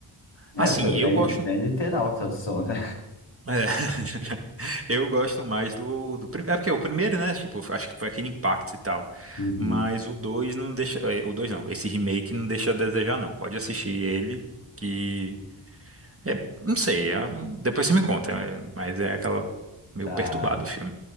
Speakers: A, on the left; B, on the right.
A: É,
B: Assim,
A: foi
B: eu
A: bem,
B: gosto.
A: bem literal a tradução, né?
B: é. <laughs> Eu gosto mais do, do primeiro. É porque o primeiro, né? Tipo, acho que foi aquele impacto e tal.
A: Uhum,
B: Mas o 2 não deixa. é, O 2 não. Esse remake não deixa a desejar, não. Pode assistir ele, que. É, não sei. é- um, depois você me conta. é, mas é aquela. Meio
A: tá.
B: perturbado o filme.